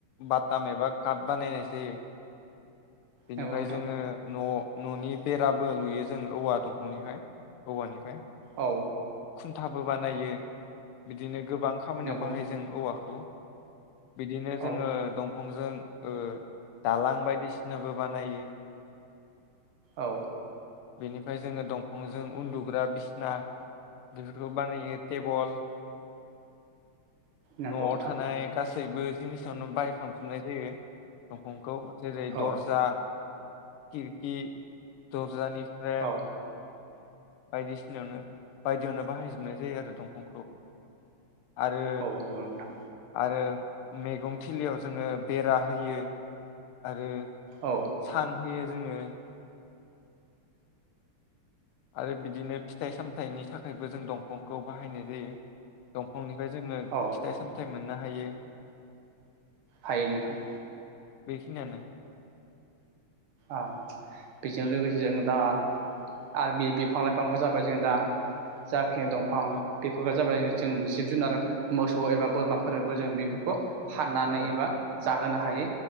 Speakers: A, on the left; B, on the right.
A: बाटाम एबा काट बानायनाय जायो। बेनिफाय
B: नंगौ नोंथां
A: जोङो न' न'नि बेराबो लुयो जों औवा दंफांनिफाय औवानिफाय।
B: औ।
A: खुन्थाबो बानायो। बिदिनो गोबां खामानियाव
B: नंगौ
A: बाहायो
B: नोंथां
A: जों औवाखौ। बिदिनो जोङो
B: औ
A: दंफांजों ओ दालां बायदिसिनाबो बानायो।
B: औ।
A: बेनिफाय जोङो दंफांजों उन्दुग्रा बिसना बेफोरखौ बानायो। टेबल
B: नंगौ
A: न'आव
B: नोंथां
A: थानाय गासै गासैबो जिनिसआवनो बायहाफ्राम जुबनाय जायो। दंफांखौ जेरै
B: औ
A: दर्जा, किरकि, दरजानि प्रेम
B: औ
A: बायदिसिनायावनो बायदियावनो बाहायजोबनाय जायो आरो दंफांखौ। आरो
B: औ नंगौ नोंथां
A: आरो मेगं थिलियाव जोङो बेरा होयो आरो
B: औ
A: सां होयो। जोङो आरो बिदिनो फिथाइ सामथाइनि थाखायबो जों दंफांखौ बाहायनाय जायो। दंफांनि फाय जोङो
B: औ
A: फिथाइ सामथाइ मोननो हायो।
B: हायो नोंथां।
A: बे खिनियानो
B: ओ बेजों लोगोसे जों दा आरो बे बिफां लाइफांखौ जाबाय जों दा जा बे दंफां
A: औ
B: बेफोर जाबाय। जों जिब जुनार मोसौ एबा बोरमाफोर जों बेफोरखौ
A: औ
B: हाननानै
A: औ
B: एबा जाहोनो
A: औ
B: हायो।